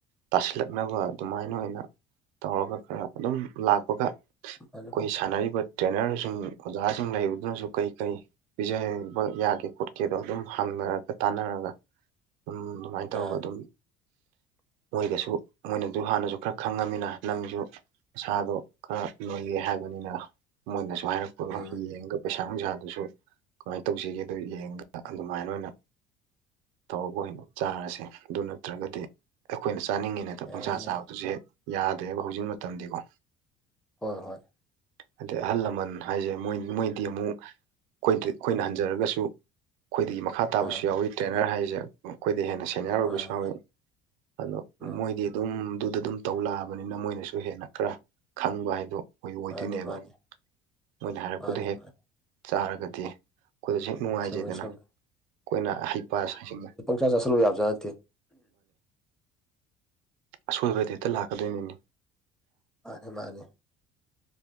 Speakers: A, on the right; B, in the centre.
A: ꯇꯥꯁꯤꯜꯂꯛꯅꯕ ꯑꯗꯨꯃꯥꯏꯅ ꯑꯣꯏꯅ ꯇꯧꯔꯒ ꯈꯔ ꯑꯗꯨꯝ ꯂꯥꯛꯄꯒ ꯑꯩꯈꯣꯏ
B: ꯃꯥꯅꯤ
A: ꯁꯥꯟꯅꯔꯤꯕ ꯇ꯭ꯔꯦꯅꯔꯁꯤꯡ ꯑꯣꯖꯥꯁꯤꯡ ꯂꯩꯕꯗꯨꯅꯁꯨ ꯀꯔꯤ ꯀꯔꯤ ꯄꯤꯖꯕ ꯌꯥꯒꯦ ꯈꯣꯠꯀꯦꯗꯣ ꯑꯗꯨꯝ ꯍꯪꯅꯔꯒ ꯇꯥꯟꯅꯔꯒ ꯑꯗꯨꯝ ꯁꯃꯥꯏꯅ ꯇꯧꯔꯒ
B: ꯑꯥ
A: ꯑꯗꯨꯝ
B: <inaudible>
A: ꯃꯣꯏꯒꯁꯨ ꯃꯣꯏꯅꯁꯨ ꯍꯥꯟꯅꯁꯨ ꯈꯔ ꯈꯪꯉꯃꯤꯅ ꯅꯪꯁꯨ ꯃꯁꯥꯗꯣ ꯈꯔ ꯂꯣꯏꯌꯦ ꯍꯥꯏꯕꯅꯤꯅ ꯃꯣꯏꯅꯁꯨ ꯍꯥꯏꯔꯛꯄꯗꯣ
B: ꯎꯝ
A: ꯌꯦꯡꯒ ꯄꯩꯁꯥ ꯅꯨꯡꯁꯥꯗꯨꯁꯨ ꯀꯃꯥꯏꯅ ꯇꯧꯖꯒꯦ ꯑꯗꯨ ꯌꯦꯡꯕꯗ ꯑꯗꯨꯃꯥꯏꯅ ꯑꯣꯏꯅ ꯇꯧꯔꯛ ꯋ‌ꯣꯏꯅ‌ꯣ ꯆꯥꯔꯁꯦ ꯑꯗꯨ ꯅꯠꯇ꯭ꯔꯒꯗꯤ ꯑꯩꯈꯣꯏꯅ ꯆꯥꯅꯤꯡꯉ‌ꯦꯅ ꯍ‌ꯦꯛꯇ
B: ꯌꯥꯏꯌꯦ
A: ꯄꯪꯆꯥ
B: ꯌꯥꯏꯌꯦ
A: ꯆꯥꯕꯗꯨꯁꯨ ꯍꯦꯛ ꯌꯥꯗꯦꯕ ꯍꯧꯖꯤꯛ ꯃꯇꯝꯗꯤꯀꯣ
B: ꯍꯣꯏ ꯍꯣꯏ
A: ꯑꯗꯩ ꯑꯍꯜ ꯂꯃꯟ ꯍꯥꯏꯁꯦꯣꯏ ꯃꯣꯏꯗꯤ ꯑꯃꯨꯛ ꯑꯩꯈ ꯑꯩꯈꯣꯏꯅ ꯍꯟꯖꯔꯒꯁꯨ ꯑꯩꯈꯣꯏꯗꯒꯤ ꯃꯈꯥ ꯇꯥꯕꯁꯨ
B: ꯑꯥ
A: ꯌꯥꯎꯋꯤ ꯇ꯭ꯔꯦꯅꯔ ꯍꯥꯏꯁꯦ ꯑꯩꯈꯣꯏꯗ ꯍꯦꯟꯅ ꯁꯦꯅꯤꯌꯔ ꯑꯣꯏꯕꯁꯨ
B: ꯃꯥꯅꯤ
A: ꯍꯧꯎꯋꯤ
B: ꯃꯥꯅꯤ
A: ꯑꯗꯣ
B: ꯎꯝ
A: ꯃꯣꯏꯗꯤ ꯑꯗꯨꯝ ꯑꯗꯨꯗ ꯑꯗꯨꯝ ꯇꯧ ꯂꯛꯑꯕꯅꯤꯅ ꯃꯣꯏꯅꯁꯨ ꯍꯦꯟꯅ ꯈꯔ ꯈꯪꯕ ꯍꯥꯏꯗꯣ ꯑꯩꯈꯣꯏ ꯑꯣꯏꯗꯣꯏꯅꯦꯕ
B: ꯃꯥꯅꯤ ꯃꯥꯅꯤ
A: ꯅꯣꯏꯅ ꯍꯥꯏꯔꯛꯄꯗꯣ
B: ꯃꯥꯅꯤ
A: ꯍꯦꯛ
B: ꯃꯥꯅꯤ
A: ꯆꯥꯔꯒꯗꯤ ꯑꯩꯈꯣꯏꯗꯁꯨ ꯍꯦꯛ ꯅꯨꯡꯉꯥꯏꯖꯩꯗꯅ
B: ꯆꯨꯝꯃꯦ ꯆꯨꯝꯃꯦ
A: ꯑꯩꯈꯣꯏꯅ ꯍꯩ ꯄ ꯍꯥꯏꯁꯤꯡꯗ
B: ꯆ ꯆꯥꯁꯤꯜꯂꯨ ꯌꯥꯕꯖꯥꯠ ꯅꯠꯇꯦ
A: ꯑꯁꯣꯏꯕꯗ ꯍꯦꯛꯇ ꯂꯥꯛꯀꯗꯣꯏꯅꯤꯅꯤ
B: ꯃꯥꯅꯦ ꯃꯥꯅꯦ